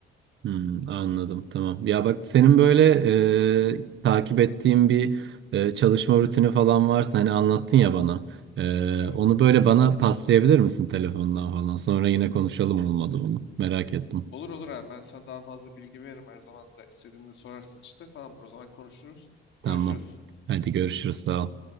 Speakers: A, on the right (about 70°); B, on the left (about 75°).
A: Hmm, anladım tamam. Ya bak senin böyle e, takip ettiğin bir e, çalışma rutini falan varsa hani anlattın ya bana. E,
B: Evet.
A: onu böyle bana paslayabilir misin telefondan falan? Sonra yine konuşalım olmadı onu. Merak ettim.
B: Olur olur abi ben sana daha fazla bilgi veririm her zaman da istediğinde sorarsın işte. Tamamdır o zaman konuşuruz.
A: Tamam.
B: Görüşürüz.
A: Hadi görüşürüz sağ ol.